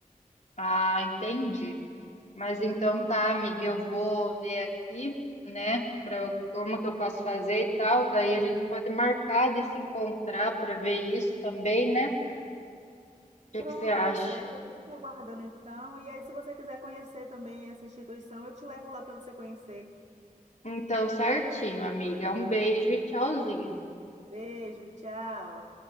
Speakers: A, on the left; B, on the right.
A: Ah, entendi. Mas então tá, amiga, eu vou ver aqui, né, para como que eu posso fazer e tal. Daí a gente pode marcar de se encontrar para ver isso também, né? O que
B: Pronto,
A: que você acha?
B: tá certo. Eu fico te aguardando então. E aí, se você quiser conhecer também essa instituição, eu te levo lá para você conhecer.
A: Então, certinho, amiga. Um beijo e tchauzinho.
B: Beijo, tchau.